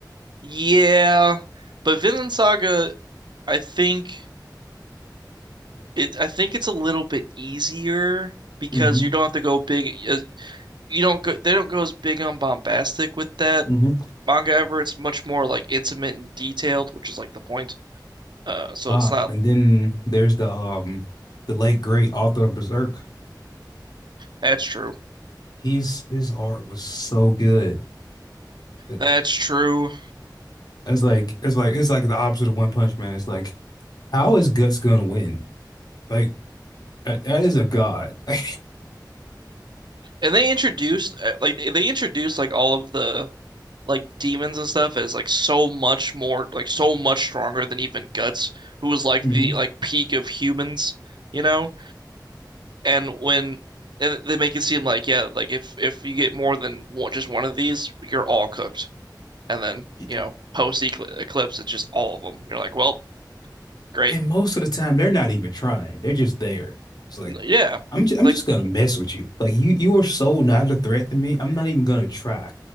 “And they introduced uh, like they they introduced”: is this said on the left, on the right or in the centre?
Right